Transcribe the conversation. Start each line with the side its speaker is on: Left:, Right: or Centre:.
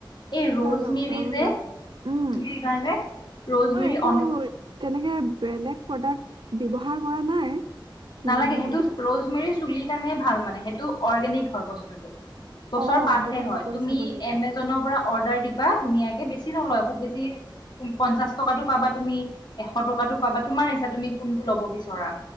Left: এই
Right: কিবা
Left: ৰ'জমেৰি
Right: লগ পাব
Left: যে
Right: লাগিব উম
Left: চুলিৰ কাৰণে ৰ'জমেৰি
Right: মই একো
Left: অন
Right: তেনেকে বেলেগ প্ৰডাক্ট ব্যৱহাৰ কৰা নাই কিনি
Left: নালাগে
Right: মেলি
Left: সেইটোজ ৰোজমেৰি চুলিৰ কাৰণে ভাল মানে সেইটো অৰ্গেনিক হয় বস্তুটো গছৰ
Right: অ
Left: পাতহে
Right: ব্যৱহাৰ
Left: হয়
Right: কৰি
Left: তুমি
Right: চাব লাগিব
Left: এমেজনৰ পৰা অৰ্ডাৰ দিবা ধুনীয়াকে বেছি নলয় খুব বেছি পঞ্চাশ টকাটো পাবা তুমি এশ টকাতো পাবা তোমাৰ ইচ্ছা তুমি কোনটো ল'ব বিচৰা